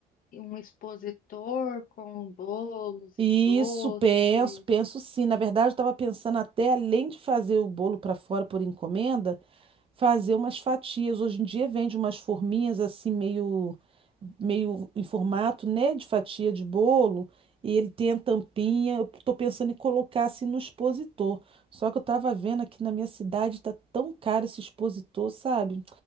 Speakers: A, on the left (about 55°); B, on the right (about 35°).
A: um expositor com bolos
B: Isso,
A: e doces.
B: penso, penso sim. Na verdade, eu estava pensando até, além de fazer o bolo para fora por encomenda, fazer umas fatias. Hoje em dia vende umas forminhas assim, meio, meio em formato, né, de fatia de bolo, e ele tem a tampinha. Eu estou pensando em colocar assim no expositor. Só que eu estava vendo aqui na minha cidade, tá tão caro esse expositor, sabe?